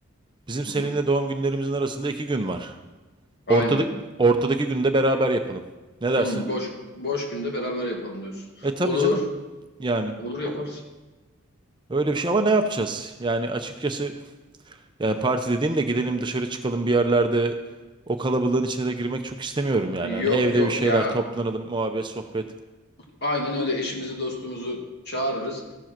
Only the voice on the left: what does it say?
Hı hı.
Aynen.
Hı, boş boş günde beraber yapalım diyorsun.
Olur.
Olur yaparız.
Yok
yok
ya.
Aynen öyle eşimizi dostumuzu çağırırız.